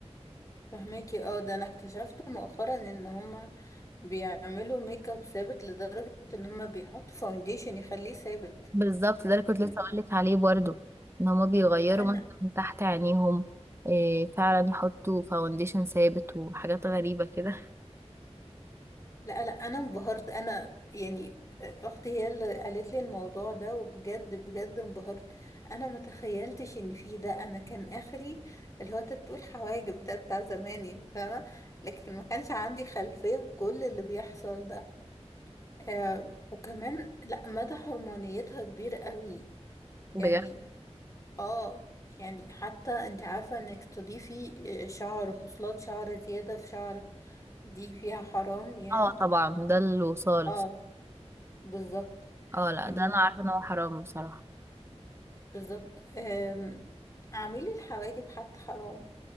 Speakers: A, on the left; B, on the right.
A: فهماكي اه ده أنا اكتشفت مؤخرا إن هما بيعملوا ميك اب ثابت لدرجة إن هما بيحطوا فاونديشن يخليه ثابت
B: بالظبط ده اللي كنت
A: يعني
B: لسه اقولك عليه برضو ان هما بيغيروا
A: أنا
B: مثلا تحت عينيهم إيه فعلا يحطوا فاونديشن ثابت وحاجات غريبة كده
A: لا لا انا انبهرت انا يعني آه، اختي هي اللي قالت لي الموضوع ده وبجد بجد انبهرت انا ما تخيلتش ان في ده انا كان اخري اللي هو تاتو الحواجب ده بتاع زمان يعني فاهمه لكن ما كانش عندي خلفيه بكل اللي بيحصل ده آه وكمان لا مدى حرمانيتها كبير قوي
B: بجد
A: يعني اه يعني حتى انت عارفه انك تضيفي آه، شعر خصلات شعر زياده في شعرك دي فيها حرام يعني
B: اه طبعا ده الوصال
A: اه بالظبط
B: اه لا
A: ال...
B: ده انا عارفة ان هو حرام بصراحة
A: بالظبط أم... اعملي الحواجب حتى حرام